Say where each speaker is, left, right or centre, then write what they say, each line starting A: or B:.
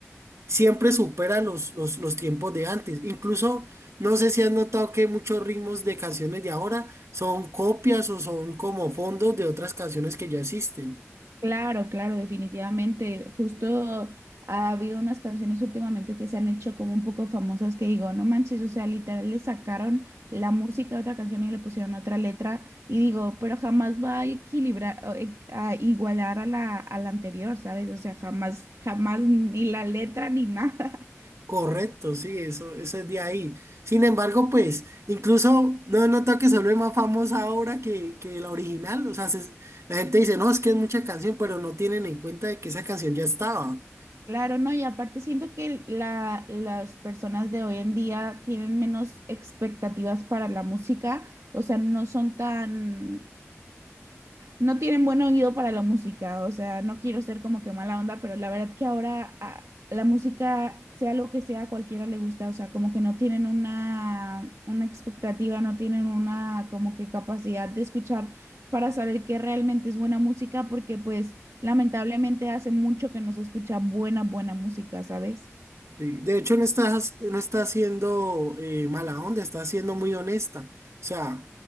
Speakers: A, on the right; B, on the right.
A: siempre supera los, los, los tiempos de antes. Incluso, no sé si has notado que muchos ritmos de canciones de ahora son copias o son como fondos de otras canciones que ya existen.
B: Claro, claro, definitivamente. Justo ha habido unas canciones últimamente que se han hecho como un poco famosas que digo, no manches, o sea, literal le sacaron la música de otra canción y le pusieron otra letra y digo, pero jamás va a equilibrar, o, e- a igualar a la, a la anterior, ¿sabes? O sea, jamás, jamás ni la letra ni <laughs> nada.
A: Correcto, sí, eso, eso es de ahí. Sin embargo, pues, incluso no he notado que se vuelve más famosa ahora que, que la original. O sea, se- la gente dice, no, es que es mucha canción, pero no tienen en cuenta de que esa canción ya estaba.
B: Claro, no, y aparte siento que la, las personas de hoy en día tienen menos expectativas para la música, o sea, no son tan no tienen buen oído para la música, o sea, no quiero ser como que mala onda, pero la verdad que ahora a- la música, sea lo que sea, a cualquiera le gusta, o sea, como que no tienen una, una expectativa, no tienen una como que capacidad de escuchar para saber qué realmente es buena música, porque pues lamentablemente hace mucho que no se escucha buena, buena música, ¿sabes?
A: Sí, de hecho, no está no está siendo eh, mala onda, está siendo muy honesta. O sea,